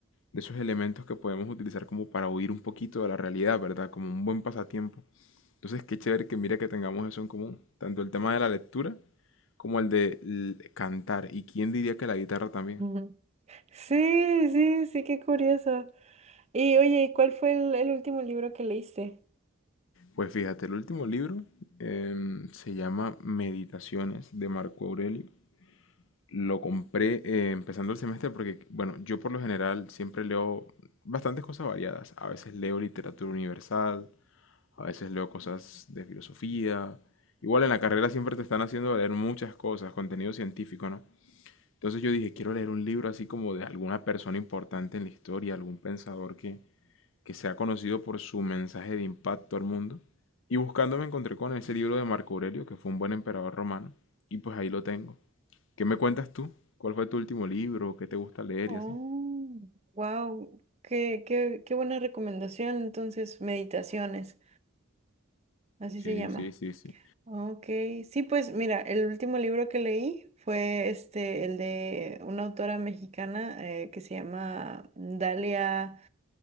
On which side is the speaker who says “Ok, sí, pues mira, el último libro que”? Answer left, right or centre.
Right